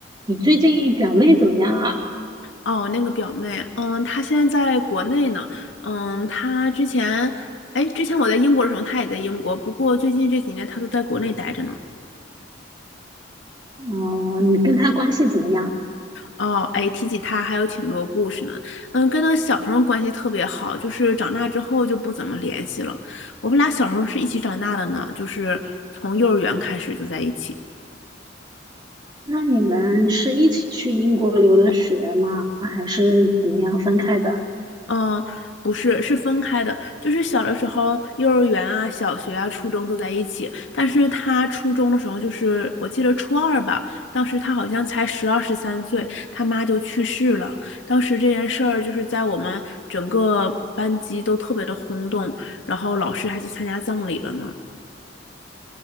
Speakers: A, on the right; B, on the left.
A: 你最近表妹怎么样啊？
B: 哦，那个表妹，嗯，她现在在国内呢，嗯，她之前，哎，之前我在英国的时候，她也在英国，不过最近这几年她都在国内待着呢。
A: 哦，你跟她关系怎么样？
B: 哦，哎，提起她还有挺多故事呢，嗯，跟她小时候关系特别好，就是长大之后就不怎么联系了。我们俩小时候是一起长大的呢，就是从幼儿园开始就在一起。
A: 那你们是一起去英国留的学吗？还是怎么样分开的？
B: 嗯，不是，是分开的。就是小的时候，幼儿园啊、小学啊、初中都在一起。但是他初中的时候，就是我记得初二吧，当时他好像才十二十三岁，他妈就去世了。当时这件事儿就是在我们整个班级都特别的轰动，然后老师还去参加葬礼了呢。